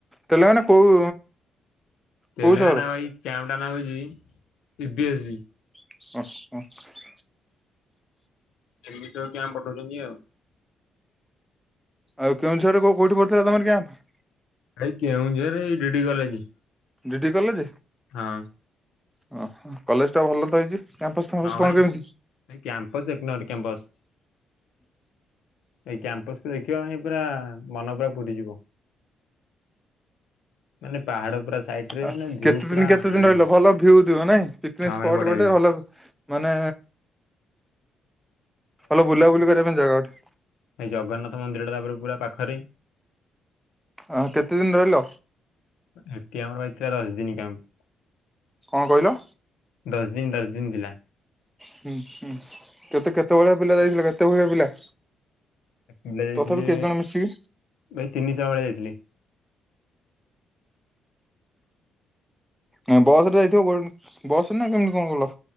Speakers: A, in the centre; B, on the left.
A: ତେଲେଙ୍ଗାନା କୋଉ
B: ତେଲେଙ୍ଗାନା
A: କୋଉ ସହର?
B: ଭାଇ କ୍ୟାାମ ଟା ନାଁ ହଉଛି ପି ଡି ଏସ୍ ବି।
A: ଓହ
B: <unintelligible> କ୍ୟାମ ପଠଉଚ ଜିଅ।
A: ଆଉ କେଉଁଝରେ କଉ କୋଉଠି ପଡିଥିଲା ତମର କ୍ୟାମ୍ପ?
B: ଭାଇ କେଉଁଝରେ ଏଇ D D college
A: D D college
B: ହଁ
A: ଆଁ ହ କଲେଜ ଟା ଭଲ ତ ହେଇଛି। କ୍ୟାମ୍ପସ ଫମ୍
B: ହଁ
A: ର ସ୍କ୍ରଣ
B: ଭାଇ
A: କେମିତି?
B: ଏଇ କ୍ୟାମ୍ପସ ଏକ ନମ୍ବର କ୍ୟାମ୍ପସ ଏଇ କ୍ୟାମ୍ପସୁ ଦେଖିଆ ପାଇଁଁ ପୁରା ମନ ପୁରା ପୁରିଯିବ। ମାନେ ପାହାଡ ପୁରା ସାଇଟ ରେ
A: ଆ
B: ମାନେ ଭିଉ
A: କେତେ
B: ପୁରା
A: ଦିନ କେତେ
B: ରେଣ୍ଡମ
A: ଦିନ ରହିଲ ଭଲ ଭିଉ ଥିବ ନାଇଁ? ପିକନିକ
B: ହଁ
A: ସ୍ପଟ
B: ଭାଇ ବଢିଆ
A: ଗୋଟେ
B: ଭିଉ
A: ଭଲ ମାନେ ଅଲ ବୁଲାବୁଲି କରିବା ପାଇଁ ଜାଗା ଗୋ
B: ଭାଇ ଜଗନ୍ନାଥ ମନ୍ଦିର ଟା ତାପରେ ପୁରା ପାଖରେ।
A: ଆହ କେତେ ଦିନ ରହିଲ?
B: ଏଠି ଆମର ଭାଇ ଥିଲା ଦଶ ଦିନ କ୍ୟାମ।
A: କଣ କହିଲ?
B: ଦଶ ଦିନ ଦଶ ଦିନ ଥିଲା।
A: ହୁଁ ହୁଁ କେତେ କେତେ ଭଳିଆ ପିଲା ଯାଇଥିଲ କେତେ ଭଳିଆ ପିଲା?
B: ପିଲା ଯାଇଥିଲେ
A: ତଥାପି କେତେ ଜଣ ମିଶିକି
B: ଭାଇ ତିନିଶହ ଭଳିଆ ଯାଇଥିଲେ।
A: ଅ ବସ ରେ ଯାଇଥିବ କ ବସରେ ନା କେମିତି କଣ ଗଲ?